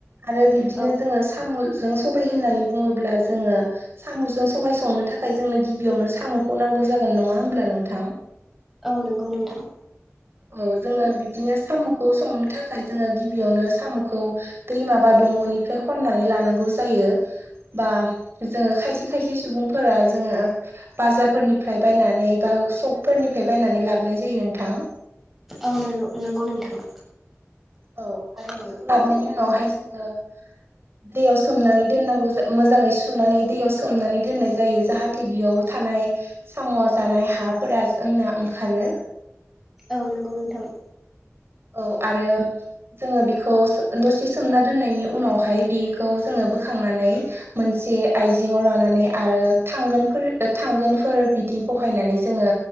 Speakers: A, on the right; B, in the centre.
A: आरो बिब्दिनो
B: औ
A: जोङो सामजों सबाय होननानै बुङोब्ला जोङो। सामजों सबबाय संनो थाखाय जोंनो गिबियावनो सामखौ नांगौ जागोन नङा होमब्ला नोंथां।
B: औ नंगौ नोंथां।
A: औ जोङो बिदिनो सामखौ संनो थाखाय जोङो गिबियावनो सामखौ। दैमाबा दंगनिफ्राय खननानै लानांगौ जायो बा जोङो खायसे खायसे सुबुंफोरा जोङो। बाजारफोरनिफ्राय बायनानै बा शकफोरनिफ्राय बायनानै लाबोनाय जायो नोंथां।
B: औ नो नंगौ नोंथां।
A: औ आरो
B: औ
A: बेखौ लाबोनायनि उनावहाय जोङो। दैयाव सोमनानै दोननांगौ मोजाङै सुनानै दैयाव सोमनानै दोननाय जायो जाहाथे जाथे बेयाव थानाय सामवा जानाय हाफोरा जोंना ओंखारो।
B: औ नंगौ नोंथां।
A: औ आरो जोङो बेखौ दसे सोमना दोननायनि उनावहाय बे खौ जोङो बोखनानै मोनसे आयजेङाव लानानै। आरो थांगोनफोर थांगोनफोर बिदि बहायनानै जोङो